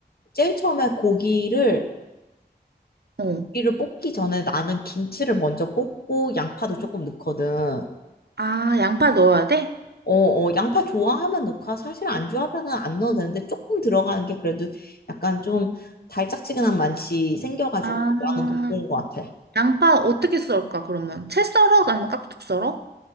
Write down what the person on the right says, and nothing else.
어.
아, 양파 넣어야 돼?
아,
양파 어떻게 썰까, 그러면? 채 썰어? 아니면 깍둑 썰어?